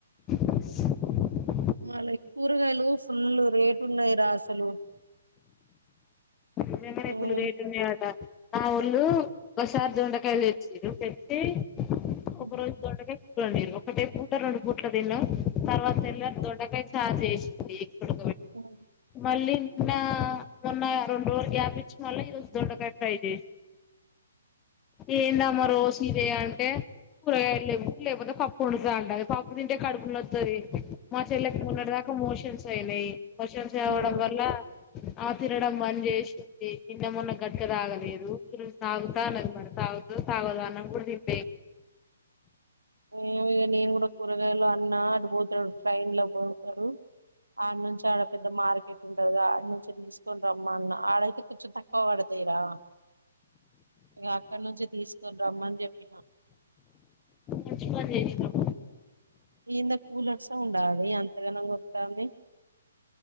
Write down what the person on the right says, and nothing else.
మళ్ళ కూరగాయలు ఫుల్ రేటు ఉన్నాయి రా అసలు
ఉమ్
ఉమ్
<unintelligible>
ఉమ్
ఏమో ఇగ నేను కూడా కూరగాయలు అన్న అటు పోతాడు ట్రైన్ లో పోతాడు ఆడ నుంచి ఆడ పెద్ద మార్కెట్ కుంటది గా ఆడ నుంచి తీసుకొని రమ్మన్న ఆడైతే కొంచెం తక్కువ పడతయిరా ఇక అక్కడి నుంచి తీసుకొని రమ్మని చెప్పిన
ఎందే కూలర్ సౌండ్ ఆ ఆది అంతగానం వత్తాంది